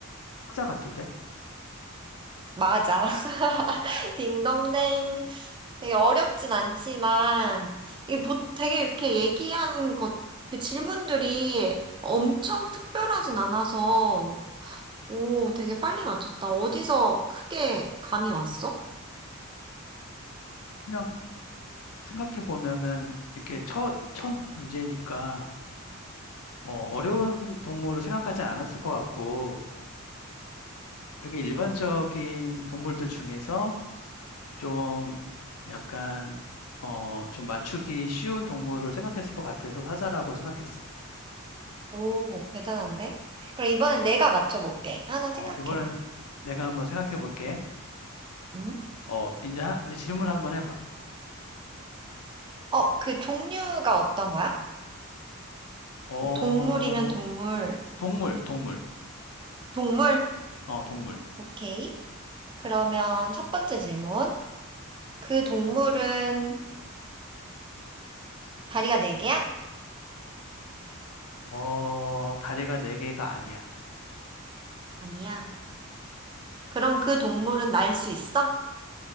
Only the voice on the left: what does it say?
사자 같은데?
아.
그냥 생각해 보면은 이렇게 첫, 첫 문제니까 어, 어려운 동물을 생각하지 않았을 것 같고 되게 일반적인 동물들 중에서 좀 약간 어, 좀 맞추기 쉬운 동물을 생각했을 것 같아서 사자라고 생각했어.
어,
어,
이번엔 내가 한번 생각해 볼게.
어, 이제, 하- 이제 질문 한번 해봐.
어,
동물, 동물.
어, 동물.
어, 다리가 네 개가 아니야.